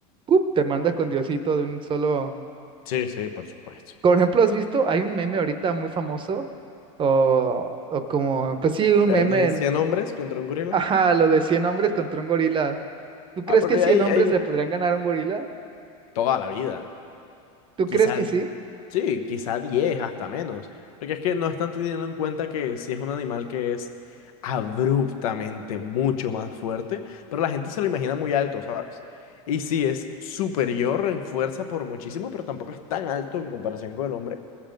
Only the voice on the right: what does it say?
¡pup! te manda con Diosito de un solo.
Por ejemplo, ¿has visto? Hay un meme ahorita muy famoso, o, o como, pues sí, un
meme,
en-
ajá, lo de 100 hombres contra un gorila. ¿Tú crees
que 100
hombres
le podrían ganar a un gorila?
¿Tú
crees que sí?